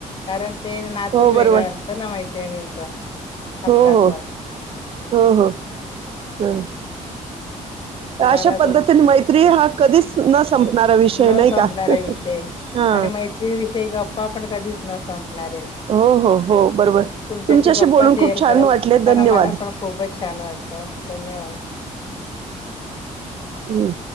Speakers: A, on the left (about 40°); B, on the right (about 45°).
A: कारण ते नातच
B: हो
A: वेगळं
B: बरोबर
A: असतं ना मैत्रिणींच हक्काच
B: हो हो हो, हो हा
A: तुम्हाला
B: तर अशा पद्धतीने
A: तुम
B: मैत्री हा कधीच न संपणारा विषय
A: न
B: नाही
A: संपणारा
B: का
A: विषय
B: हा
A: आणि मैत्रीविषयी गप्पा पण कधीच न संपणार आहेत
B: हो हो हो बरोबर
A: तुमच्याशी गप्पा
B: बोलून
A: शेअर
B: खूप छान
A: करून
B: वाटले
A: हो ना
B: धन्यवाद
A: मला पण खूपच छान वाटत धन्यवाद!
B: ह्